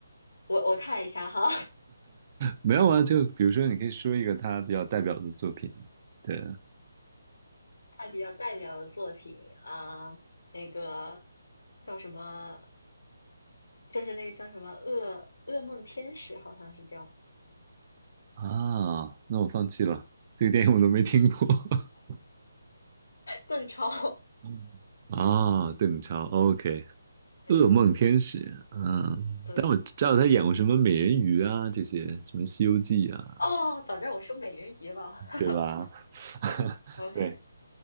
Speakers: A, on the left; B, on the right.
A: 我我看一下哈，
B: 没有啊，就比如说，你可以说一个他比较代表的作品。对
A: <laughs> 看比较代表的作品啊、呃那个叫什么，就是那个叫什么噩噩梦天使，好像是叫
B: 啊，那我放弃了，这个电影我都没听过。<laughs>
A: 邓超，
B: 嗯啊，邓超，OK，
A: <laughs> 对对对
B: 《噩梦天使》。嗯，
A: 对，
B: 但我知道他演过什么美人鱼啊，这些什么《西游记》啊，
A: 哦，早知道我说美人鱼了 <laughs>
B: 对吧？<laughs>
A: ，OK，
B: 对，